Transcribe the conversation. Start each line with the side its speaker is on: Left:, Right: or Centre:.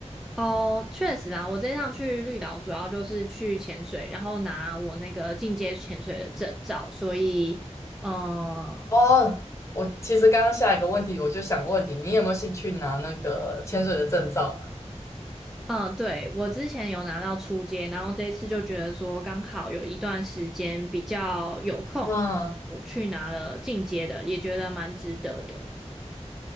Centre: 哦，确实啊，我这一趟去绿岛主要就是去潜水，然后拿我那个进阶潜水的证照，所以，嗯、
Left: 哦，我其实刚刚下一个问题我就想问你，你有没有兴趣拿那个潜水的证照？
Centre: 嗯，对，我之前有拿到初阶，然后这一次就觉得说刚好有一段时间比较有空，
Left: 嗯，
Centre: 我去拿了进阶的，也觉得蛮值得的。